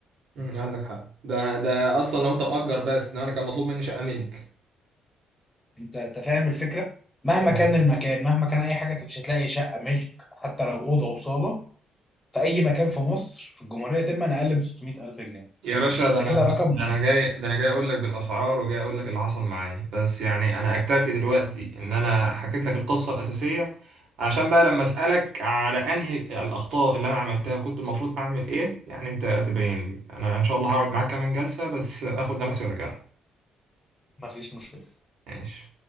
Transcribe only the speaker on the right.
مم، عندك حق ده ده اصلا لو انت مأجر بس ده انا كان مطلوب مني شقة ملك
ف-
يا باشا ده
انا
ده انا جاي ده انا جاي اقول لك بالاسعار وجاي اقول لك اللي حصل معايا بس يعني انا اكتفي دلوقتي ان انا حكيت لك القصه الاساسيه عشان بقى لما اسالك على انهي الاخطاء اللي انا عملتها كنت المفروض اعمل ايه يعني انت تبين لي انا ان شاء الله هقعد معاك كمان جلسه بس اخد نفسي وارجع لك
ماشي